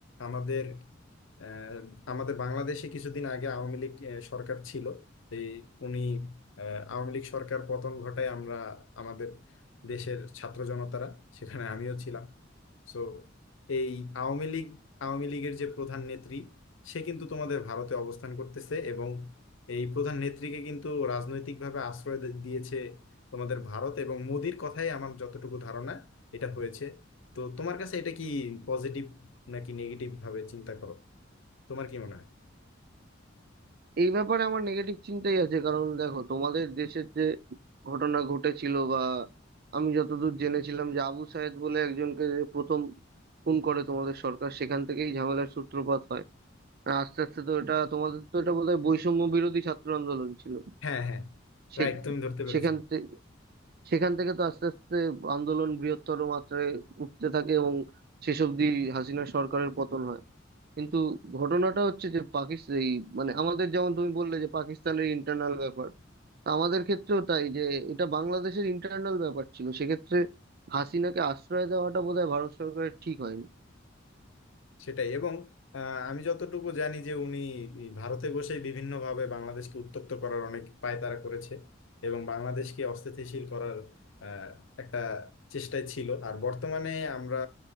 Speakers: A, on the left; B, on the right.
A: আমাদের আহ, আমাদের বাংলাদেশে কিছুদিন আগে আওয়ামী লীগ আহ, সরকার ছিল এই উনি আহ, আওয়ামী লীগ সরকার পতন ঘটায় আমরা আমাদের দেশের ছাত্র জনতারা সেখানে আমিও ছিলাম সো এই আওয়ামী লীগ আওয়ামী লীগের যে প্রধান নেত্রী সে কিন্তু তোমাদের ভারতে অবস্থান করতেছে এবং এই প্রধান নেত্রীকে কিন্তু রাজনৈতিকভাবে আশ্রয় দে- দিয়েছে তোমাদের ভারত এবং মোদির কথাই আমার যতটুকু ধারণা এটা হয়েছে তো তোমার কাছে এটা কি পজিটিভ নাকি নেগেটিভ ভাবে চিন্তা করো তোমার কি মনে হয়
B: এই ব্যাপারে আমার নেগেটিভ চিন্তাই আছে কারণ দেখো তোমাদের দেশের যে ঘটনা ঘটেছিল বা আমি যতদূর জেনেছিলাম যে আবু সায়েদ বলে একজনকে যে প্রথম খুন করে তোমাদের সরকার সেখান থেকেই ঝামেলার সূত্রপাত হয় আর আস্তে আস্তে তো এটা তোমাদের তো এটা বোধহয় বৈষম্য বিরোধী ছাত্র আন্দোলন ছিল
A: হ্যাঁ হ্যাঁ
B: সে-
A: রাইট তুমি ধরতে পেরেছো
B: সেখান থেকে সেখান থেকে তো আস্তে আস্তে আন্দোলন বৃহত্তর মাত্রায় উঠতে থাকে এবং শেষ অবধি হাসিনা সরকারের পতন হয় কিন্তু ঘটনাটা হচ্ছে যে পাকিস্তান এই মানে আমাদের যেমন তুমি বললে যে পাকিস্তানের ইন্টারনাল ব্যাপার তা আমাদের ক্ষেত্রেও তাই যে এটা বাংলাদেশের ইন্টারনাল ব্যাপার ছিল সেক্ষেত্রে হাসিনাকে আশ্রয় দেওয়াটা বোধহয় ভারত সরকারের ঠিক হয়নি
A: সেটাই এবং আহ, আমি যতটুকু জানি যে উনি এই ভারতে বসেই বিভিন্নভাবে বাংলাদেশকে উত্তপ্ত করার অনেক পায়তারা করেছে এবং বাংলাদেশকে অস্থিতিশীল করার আহ, একটা চেষ্টায় ছিল আর বর্তমানে আমরা